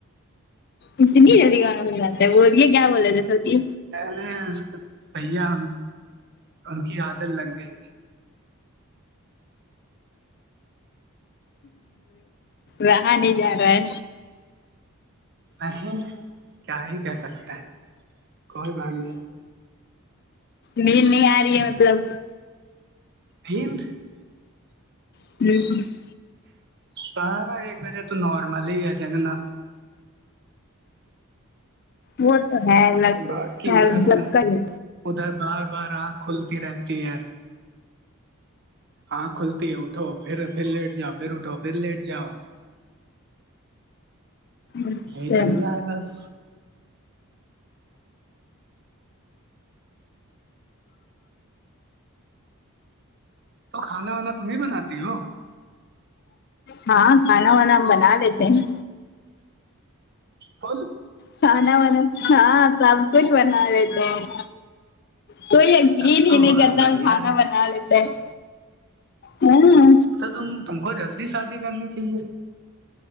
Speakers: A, on the left (about 45°); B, on the right (about 50°).
A: اتنی جلدیکون بھول جاتا ہے بولیے کیا بولے تھے سچی
B: اری اس کی بھیا ان کی عادت لگ گئی
A: رہا نہیں جا رہا ہے
B: نہیں کیا ہی کہہ سکتے ہیں کوئی بات نہیں
A: نید نہیں آ رہی ہے مطلب
B: نیند
A: <unintelligible>
B: بارا ایک بجے تو نارمل ہی ہے جاگنا
A: وہ تو ہےلت
B: باقی
A: ہی
B: ادھر
A: جب
B: کا
A: تک ہے
B: ادھر بار بار آنکھ کھلتی رہتی ہے انکھ کھلتی ہے اٹھو پھر پھر لیٹ جاؤ پھر اٹھو پھر لیٹ جاؤ
A: اچھا
B: یہی چل رہا ہے بس تو کھانا وانا تمہیں بناتی ہو
A: ہاں کھانا وانا ہم بنا لیتے ہیں
B: کل
A: کھانا وانا کیا سب کچھ بنا لیتے ہیں کوئی یقین
B: تب تو
A: ہی نہیں کرتا
B: بڑھیا
A: ہم کھانا
B: ہے،
A: بنا لیتے ہیں ہاں
B: تو تم تم کو جلدی شادی کرنی چاہیے